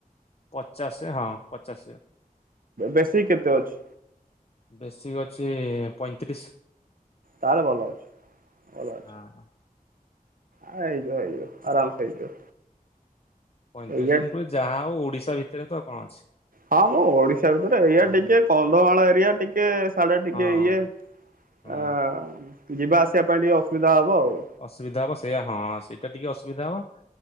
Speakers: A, on the left (about 40°); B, on the right (about 65°).
A: ପଚାଶ ହଁ ପଚାଶ।
B: ବେଶୀକ୍ କେତେ ଅଛି?
A: ବେଶୀକ୍ ଅଛି ପଇଁତିରିଶ।
B: ତାହେଲେ ଭଲ ଅଛି ଭଲ ଅଛି।
A: ହଁ।
B: ହେଇଯିବ ହେଇଯିବ ଆରାମ ସେ ହେଇଯିବ।
A: ପଇଁତିରିଶି
B: ଏଇଆ
A: ମୁଁ କହିଲି ଯାହା ହଉ ଓଡିଶା ଭିତରେ ତ କଣ ଅଛି?
B: ହଁ ମୋ ଓଡିଶା ଭିତରେ ଏଇଆ
A: ହଁ।
B: ଟିକେ କନ୍ଧମାଳ ଏରିଆ ଟିକେ ଟିକେ ସାଢେ଼ ଟିକେ
A: ହଁ
B: ଇଏ
A: ହୁଁ
B: ଅ ଯିବା ଆସିବା ପାଇଁ ଟିକେ ଅସୁବିଧା ହବ ଆଉ।
A: ଅସୁବିଧା ହବ ସେଇୟା ହଁ ସେଇଟା ଟିକେ ଅସୁବିଧା ହବ।